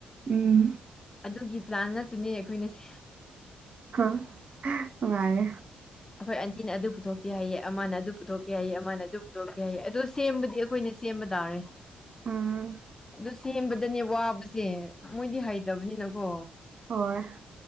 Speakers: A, on the right; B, on the left.
A: ꯎꯝ
B: ꯑꯗꯨꯒꯤ ꯄ꯭ꯂꯥꯟ ꯉꯥꯛꯇꯅꯦ ꯑꯩꯈꯣꯏꯅꯁꯦ
A: ꯑ ꯅꯨꯡꯉꯑꯦ
B: ꯑꯩꯈꯣꯏ ꯑꯟꯇꯤꯅ ꯑꯗꯨ ꯄꯨꯊꯣꯛꯀꯦ ꯍꯥꯏꯏꯌꯦ ꯑꯃꯅ ꯑꯗꯨ ꯄꯨꯊꯣꯛꯀꯦ ꯍꯥꯏꯑꯌꯦ ꯑꯃꯅ ꯑꯗꯨ ꯄꯨꯊꯣꯛꯀꯦ ꯍꯥꯏꯏꯌꯦ ꯑꯗꯣ ꯁꯦꯝꯕꯗꯤ ꯑꯩꯈꯣꯏꯅ ꯁꯦꯝꯕ ꯇꯥꯔꯦ
A: ꯎꯝ
B: ꯑꯗꯨ ꯁꯦꯝꯕꯗꯅꯦ ꯋꯥꯕꯁꯦ ꯃꯣꯏꯗꯤ ꯍꯩꯇꯕꯅꯤꯅꯀꯣ
A: ꯍꯣꯏ